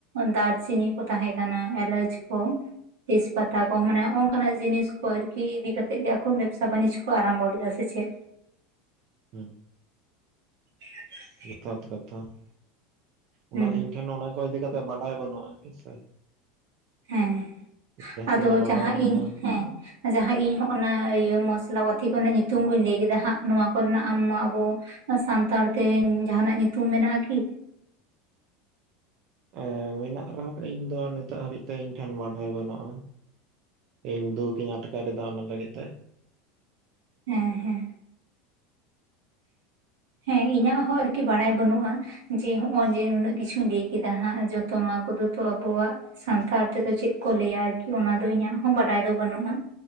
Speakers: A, on the right (about 80°); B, on the right (about 55°).
A: ᱫᱟᱨᱪᱤᱱᱤ ᱠᱚ ᱛᱟᱦᱮ ᱠᱟᱱᱟ ᱮᱞᱟᱪ ᱠᱚ᱾ ᱛᱮᱡᱽ ᱯᱟᱛᱟ ᱠᱚ ᱢᱟᱱᱮ ᱱᱚᱝᱠᱟᱱᱟᱜ ᱡᱤᱱᱤᱥ ᱠᱚ ᱟᱨᱠᱤ ᱤᱫᱤ ᱠᱟᱛᱮᱫ ᱜᱮ ᱟᱠᱚ ᱵᱮᱵᱽᱥᱟ ᱵᱟᱱᱤᱡᱽ ᱠᱚ ᱟᱨᱚᱢᱵᱚ ᱞᱮᱫᱟ ᱥᱮ ᱪᱮᱫ᱾
B: ᱦᱩᱸ
A: <unintelligible>
B: ᱡᱚᱛᱷᱟᱛ ᱠᱟᱛᱷᱟ,
A: ᱦᱩᱸ
B: ᱚᱱᱟ ᱤᱧ ᱴᱷᱮᱱ ᱚᱱᱟ ᱠᱚ ᱤᱫᱤ ᱠᱟᱛᱮᱜ ᱵᱟᱰᱟᱭ ᱵᱟᱹᱱᱩᱜᱼᱟ ᱦᱮ ᱥᱮ᱾
A: ᱦᱮᱸ
B: ᱡᱟᱦᱟᱸ
A: ᱟᱫᱚ
B: ᱛᱤᱱᱟᱹᱜ ᱵᱟᱰᱟᱭ
A: ᱡᱟᱦᱟᱸ
B: ᱢᱮᱱᱟᱜᱼᱟ
A: ᱤᱧ ᱦᱮᱸ ᱡᱟᱦᱟᱸ ᱤᱧ ᱦᱚᱜᱼᱱᱟ ᱤᱭᱟᱹ ᱢᱚᱥᱞᱟ ᱯᱟᱛᱤ ᱠᱚᱨᱮᱱᱟᱜ ᱧᱩᱛᱩᱢ ᱠᱩᱧ ᱞᱟᱹᱭ ᱠᱮᱫᱟ ᱦᱟᱸᱜ ᱱᱚᱣᱟ ᱠᱚᱨᱮᱱᱟᱜ ᱟᱢ ᱢᱟ ᱟᱵᱚ ᱥᱟᱱᱛᱟᱲ ᱛᱮ ᱡᱟᱦᱟᱱᱟᱜ ᱧᱩᱛᱩᱢ ᱢᱮᱱᱟᱜᱼᱟ ᱠᱤ?
B: ᱮᱸ ᱢᱮᱱᱟᱜ ᱨᱮᱦᱚᱸ ᱤᱧ ᱫᱚ ᱱᱤᱛᱚᱜ ᱦᱟᱹᱵᱤᱡ ᱛᱮ ᱤᱧ ᱴᱷᱮᱱ ᱵᱟᱰᱟᱭ ᱵᱟᱹᱱᱩᱜᱼᱟ᱾ ᱤᱧ ᱫᱩᱠᱤᱧ ᱟᱴᱠᱟᱨ ᱫᱟ ᱚᱱᱟ ᱞᱟᱹᱜᱤᱫ ᱛᱮ᱾
A: ᱦᱮᱸ ᱦᱮᱸ ᱦᱮᱸ ᱤᱧᱟᱹᱜ ᱦᱚᱸ ᱟᱨᱠᱤ ᱵᱟᱲᱟᱭ ᱵᱟᱹᱱᱩᱜᱼᱟ᱾ ᱡᱮ ᱦᱚᱜᱼᱚᱭ ᱡᱮ ᱱᱩᱱᱟᱹᱜ ᱠᱤᱪᱷᱩᱧ ᱞᱟᱹᱭ ᱠᱮᱫᱟ ᱦᱟᱸᱜ ᱡᱚᱛᱚ ᱱᱚᱣᱟ ᱠᱚᱫᱚ ᱛᱚ ᱟᱵᱚᱣᱟᱜ ᱥᱟᱱᱛᱷᱟᱲ ᱛᱮᱫᱚ ᱪᱮᱜ ᱠᱚ ᱞᱟᱹᱭᱟ ᱟᱨᱠᱤ ᱚᱱᱟ ᱫᱚ ᱤᱧᱟᱹᱜ ᱦᱚᱸ ᱵᱟᱰᱟᱭ ᱫᱚ ᱵᱟᱹᱱᱩᱜᱼᱟ᱾